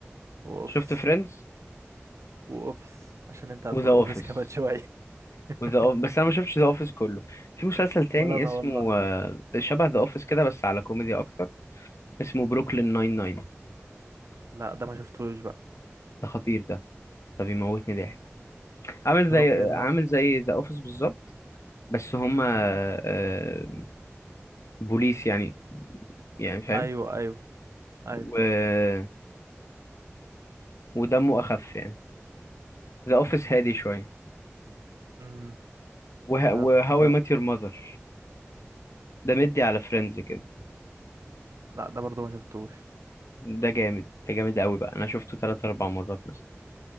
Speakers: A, on the right; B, on the left.
A: واوفيس
B: شفت فريندز
A: واوفيس عشان انت هتقول
B: وذا اوفيس
A: اوفيس كمان شويه <laughs>
B: وذا أوف... بس انا ما شفتش ذا اوفيس كله في مسلسل تاني
A: ولا انا
B: اسمه
A: والله
B: آه، شبه ذا اوفيس كده بس على كوميدي اكتر اسمه بروكلين ناين ناين
A: لا ده ما شفتوش بقى
B: ده خطير ده ده بيموتني ضحك عامل
A: بروكلين
B: زي عامل
A: ناين
B: زي ذا اوفيس بالظبط بس هما
A: مم.
B: آه، بوليس يعني يعني فاهم
A: ايوه ايوه ايوه
B: و... ودمه اخف يعني ذا اوفيس هادي شويه
A: مم.
B: وه...
A: طب
B: وهاو
A: آه،
B: اي مات يور ماذر ده مدي على فريندز كده
A: لا ده برضو ما شفتوش
B: ده جامد ده جامد قوي بقى انا شفته ثلاث اربع مرات مثلا